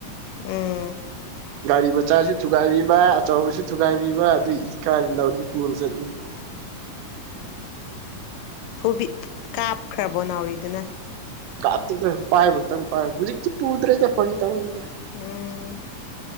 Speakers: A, on the left; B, on the right.
A: ꯎꯝ
B: ꯒꯥꯔꯤ ꯃꯆꯥꯁꯨ ꯊꯨꯒꯥꯏꯕꯤꯕ ꯑꯆꯧꯕꯁꯨ ꯊꯨꯒꯥꯏꯕꯤꯕ ꯑꯗꯨꯏ ꯏ ꯀꯥꯔꯤ ꯅꯥꯎꯔꯤ ꯄꯨꯔ ꯆꯠꯂꯤꯅꯤ
A: ꯐꯨꯕꯤ ꯀꯥꯞꯈ꯭ꯔꯕꯣ ꯅꯥꯎꯔꯤꯗꯨꯅ
B: ꯀꯞꯇꯦꯗ ꯄꯥꯏꯕ ꯈꯛꯇꯪ ꯄꯥꯏ ꯍꯧꯖꯤꯛꯇꯤ ꯄꯨꯗ꯭ꯔꯦꯗ ꯐꯒꯤ ꯇꯧꯅꯤꯗ
A: ꯎꯝ